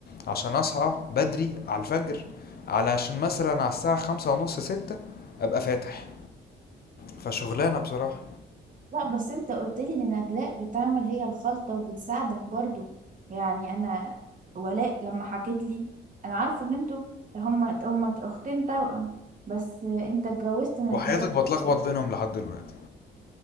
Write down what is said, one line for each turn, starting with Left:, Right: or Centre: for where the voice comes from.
Left: عشان أصحى بدري على الفجر علشان مثلا على الساعة خمسة ونص ستة أبقى فاتح فشغلانة بصراحة
Right: لا بس انت قلت لي ان نجلاء بتعمل هي الخلطة وبتساعدك برضو يعني انا ولاء لما حكيت لي انا عارفه ان انتوا هما هما اختين توأم بس انت اتجوزت نجلاء
Left: وحياتك
Right: بقى.
Left: بتلخبط بينهم لحد دلوقتي